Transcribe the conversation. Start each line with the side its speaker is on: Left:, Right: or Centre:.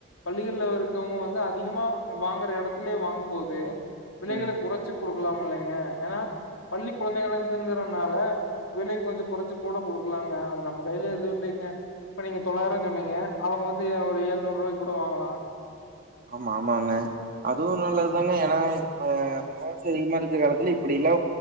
Left: பள்ளிகள்ல இருக்கவங்க வந்து அதிகமா வாங்குற எடத்துலே வாங்கும் போது விலைகளை
Right: ம்
Left: குறைச்சி குடு கலாமில்லீங்க ஏன்னா பள்ளி குழந்தைகங்கறனால விலைக் கொஞ்ச குறைச்சு கூட குடுக்கலாங்க அது நம்ம கையில எதுவு இல்லைங்க இப்ப நீங்க தொள்ளாயிரம்னு சொன்னீங்க அவ்ங்க வந்து ஒரு ஏழுநூறு ரூபாய்க்கு கூட வாங்கலா
Right: ஆமா ஆமாங்க அதுவு நல்லதுதாங்க
Left: ம்
Right: ஏன்னா ஆ <unintelligible> அதிகமா இருக்க காலத்துல இப்டி எல்லா